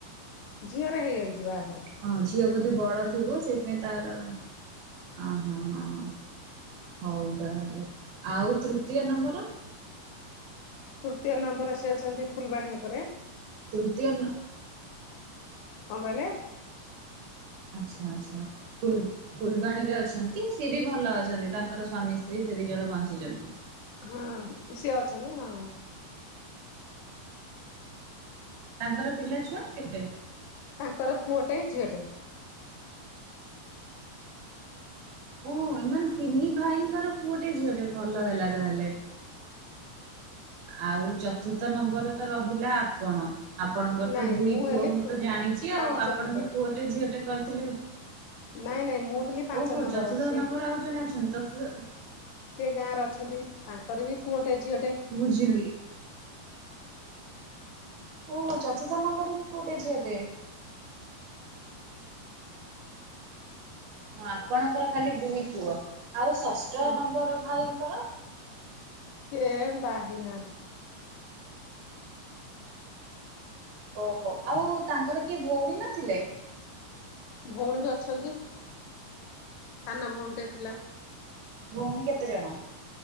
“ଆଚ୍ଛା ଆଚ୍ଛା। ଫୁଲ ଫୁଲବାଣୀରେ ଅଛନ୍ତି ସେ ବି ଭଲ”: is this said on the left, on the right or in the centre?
Right